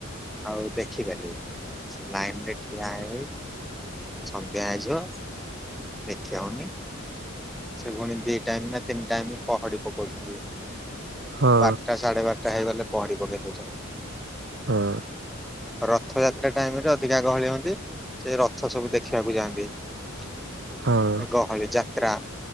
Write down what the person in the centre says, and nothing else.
ଆଉ ଦେଖିପାରିବେନି ସେ ଲାଇନ୍ ରେ ଠିଆ ହେଇ-ହେଇ ସନ୍ଧ୍ୟା ହେଇଯିଵ ଦେଖିହେଉନି ସେ ପୁଣି ଦି କାହିଁକି ନା ତିନି ଟାଇମି ପହଡି ପକଉଚନ୍ତି
ବାରଟା ସାଢେ ବାରଟା ହେଇଗଲେ ପହଡି ପକେଇ ଦେଉଚନ୍ତି।
ରଥଯାତ୍ରା ଟାଇମ୍ ରେ ଅଧିକା ଗହଳି ହୁଅନ୍ତି, ସେ ରଥ ସବୁ ଦେଖିବାକୁ ଯାଆନ୍ତି ଏ
ଗ ହଳି ଯାତ୍ରା।